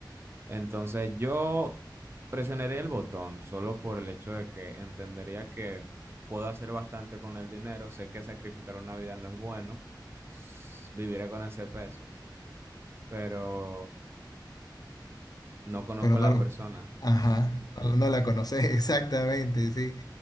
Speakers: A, on the right; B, on the left.
A: Entonces yo presionaré el botón solo por el hecho de que entendería que puedo hacer bastante con el dinero, sé que sacrificar una vida no es bueno, s- viviré con ese peso, pero... No conozco
B: pero no
A: a la
B: lo
A: persona.
B: Ajá,
A: <laughs>
B: no, no la conoces, <laughs> exactamente, sí.